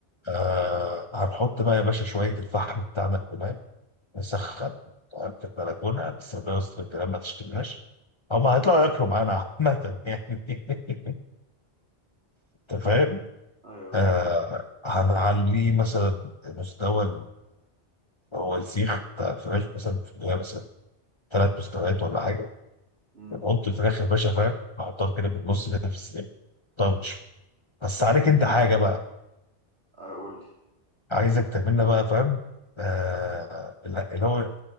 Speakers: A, on the left (about 30°); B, on the right (about 70°).
A: آه هنحط بقى يا باشا شويه الفحم بتاعنا الكمان نسخن تمام، في البلكونه بس ربنا يستر الكلام ما تشتمناش هما هيطلعوا ياكلوا معانا عامة يعني <laughs> انت فاهم؟
B: ايوه
A: آه
B: آه.
A: هنعليه مثلا مستوى هو السيخ بتاع الفراخ مثلا في جواها مثلا ثلاث مستويات ولا حاجه
B: امم
A: بنحط الفراخ يا باشا فاهم بحطها كده بالنص كده في السيخ طرش بس عليك انت حاجه بقى
B: اقول لي
A: عايزك تعملنا بقى فاهم آه لا، اللي هو